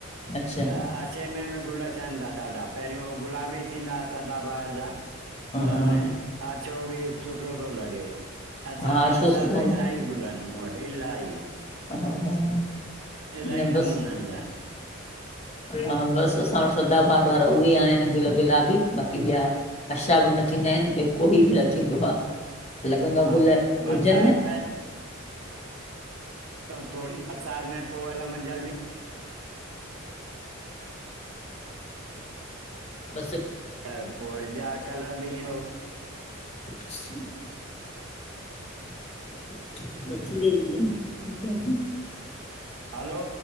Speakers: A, on the left (about 30°); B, on the right (about 80°).
A: अच्छा
B: त अछे मे बि गुल अचन था ॾाढा, पहिरियो गुलाब बि थींदा हा सदाबार जा।
A: हा
B: पर हाणे, अचो बि सुठो थो लॻे। अच्छा,
A: हा छो
B: अच्छा
A: सुठो
B: त
A: न
B: इलाही गुल आहिनि मूं वटि इलाही।
A: हा हा।
B: इलही
A: न बसि
B: नमूननि जा आहिनि।
A: हा बसि असां वटि सदाबार वारा उहे आहिनि, गुल गुलाबी बाक़ी ॿिया। सब न थींदा आहिनि, कोई बि न थींदो आ। लॻंदो
B: हा
A: गुल हुजनि
B: बरसाति
A: न।
B: त थोरी बरसात में पो हल म जल्दी
A: <inaudible> बस।
B: त पो वरी ॿिया कलर बि इंगो।
A: िस्त <inaudible> बची वई हूंदी।
B: हलो।